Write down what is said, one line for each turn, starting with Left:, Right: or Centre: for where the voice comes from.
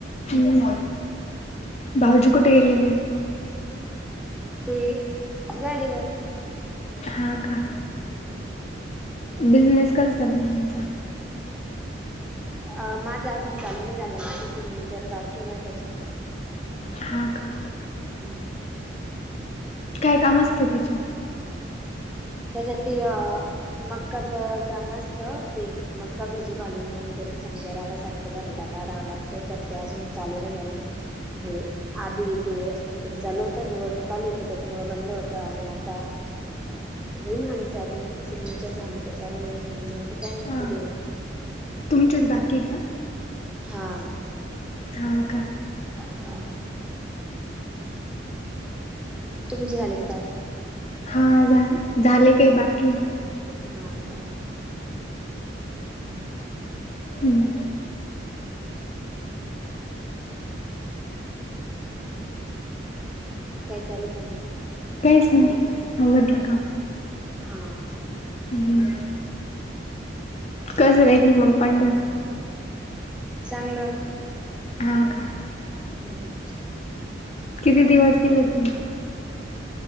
Left: हम्म. भाऊजी कुठे गेलेले?
Centre: ते गाडीवर.
Left: हा का?
Centre: हम्म‌.
Left: बिजनेस कस चालूय?
Centre: अ माझं अजून चालू नाही झालं माझं सिग्नेचर बाकी ना त्याच्यामुळे.
Left: हा का?
Centre: हम्म
Left: काय काम असतं तेच्यात.
Centre: त्याच्यात ते अ मक्काच काम असतं ते मक्का भिजू घालून मग त्याच समजा रवा सारखं भरडा काढावा लागतो तर ते अजून चालू नाहि झाल. होईल. आधी ते हे चालू होतं. निवडणूक आली होती त्याच्यामुळ बंद होत. आणि आता होईल म्हणे चालू सिग्नेचर झाली का चालू होईल म्हणे. मग आता काय माहित
Left: हां
Centre: कधी होत?
Left: तुमचेच बाकी.
Centre: हा.
Left: हा का
Centre: हम्म. तुमचे झालेत का?
Left: हा झाले. झालय काही बाकीय.
Centre: हा का? हम्म.
Left: हम्म.
Centre: काय चालू य काम?
Left: कायच नाही‌. आवरलं
Centre: हा का?
Left: हम्म. कसं काय मग ति
Centre: चांगल.
Left: हा. का?
Centre: हम्म.
Left: किती दिवस केले तुम्ही?